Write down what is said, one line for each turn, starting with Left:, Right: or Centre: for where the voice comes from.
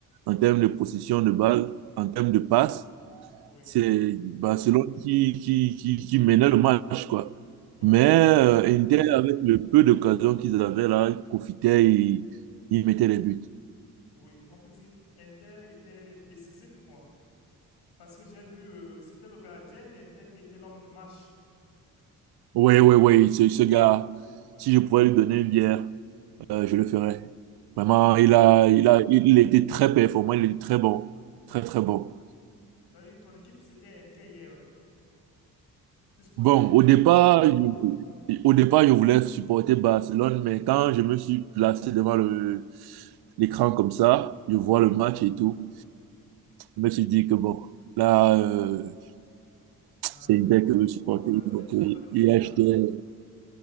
Right: en termes de possession de balle, en termes de passes.
Left: Oui.
Right: C'est Barcelone qui, qui, qui, qui menait le match, quoi.
Left: Donc,
Right: Mais
Left: on-
Right: euh, Inter, avec le peu d'occasions qu'ils avaient là, ils profitaient, ils, ils mettaient les buts.
Left: oui, on peut dire Inter était décisif, quoi. Parce que j'ai vu, euh, c'était le gardien d'Inter qui était l'homme du match.
Right: Oui, oui, oui, ce, ce gars, si je pouvais lui donner une bière, euh, je le ferais. Vraiment,
Left: Ah,
Right: il a, il a, il était très performant, il était très bon, très, très bon.
Left: ça veut dire que ton équipe, c'était Inter hier. Tu supportais
Right: Bon,
Left: Inter?
Right: au départ, je- au départ, je voulais supporter Barcelone, mais quand je me suis placé devant le, l'écran comme ça, je vois le match et tout, je me suis dit que bon, là, euh,
Left: Ah,
Right: c'est
Left: oui,
Right: Inter
Left: tu vois,
Right: que je veux supporter.
Left: tu vois, ça, ça
Right: Donc,
Left: veut dire que tu
Right: euh,
Left: n'as pas de préférence.
Right: il achetait.